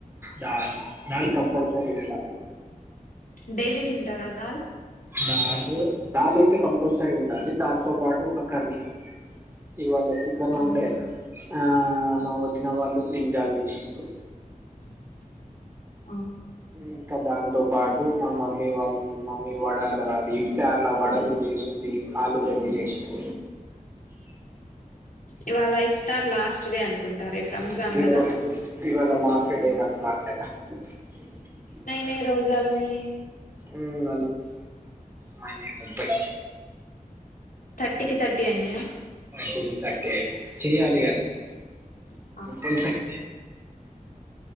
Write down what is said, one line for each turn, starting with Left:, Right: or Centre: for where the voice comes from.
Right: దాల్ దాల్ కంపల్సరీ ఉండాలి
Left: డైలీ తింటారా అ దాల్
Right: దాల్ దాలయితే కంపల్సరీ ఉండాలి దాంతో పాటు ఒక కర్రీ ఇవాళ చికన్
Left: అవునా
Right: ఉండే ఆ మా వదిన వాళ్ళు బ్రింజాల్ చేసిండ్రు
Left: <inaudible>
Right: ఇంకా దాంతో పాటు మామ మమ్మీ వాళ్ళు మమ్మీ వడలు అది ఇస్తే ఆలువడలు చేసింది ఆలు తినేసి <inaudible>
Left: ఇవాళ ఇఫ్తార్ లాస్ట్ డే అనుకుంటా
Right: <unintelligible>
Left: రంజాన్ కదా మే రోజల మీ
Right: హుం అళ ముప్పై
Left: థర్టీకి థర్టీ అయినాయా
Right: <unintelligible>
Left: ఆ
Right: కంపల్సరి